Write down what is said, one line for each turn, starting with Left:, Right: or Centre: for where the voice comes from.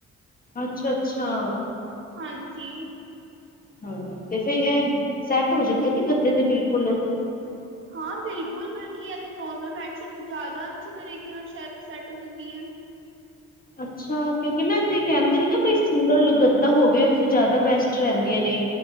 Left: ਅੱਛਾ- ਅੱਛਾ।
Right: ਹਾਂਜੀ,
Left: ਹਾਂ, ਤੇ ਫੇਰ ਇਹ ਸੈਟ ਹੋ ਜਾਂਦੀ ਨੀ ਗੱਦੇ ਤੇ ਬਿਲਕੁਲ
Right: ਹਾਂ ਬਿਲਕੁਲ, ਬਲਕਿ ਇਹ ਤੇ ਨੋਰਮਲ ਬੈਡਸ਼ੀਟ ਤੋਂ ਜ਼ਿਆਦਾ ਅੱਛੀ ਤਰੀਕੇ ਨਾਲ ਸੈ ਸੈੱਟ ਹੋ ਜਾਂਦੀ ਐ।
Left: ਅੱਛਾ ਕਿਉਂਕਿ ਨਾ ਇਥੇ
Right: ਹਮ
Left: ਕਹਿੰਦੇ ਨੇ ਨਾ ਬਈ ਸਿੰਗਲ ਗੱਦਾ ਹੋਵੇ, ਉਥੇ ਜ਼ਿਆਦਾ ਬੈਸਟ ਰਹਿੰਦੀਆਂ ਨੇ।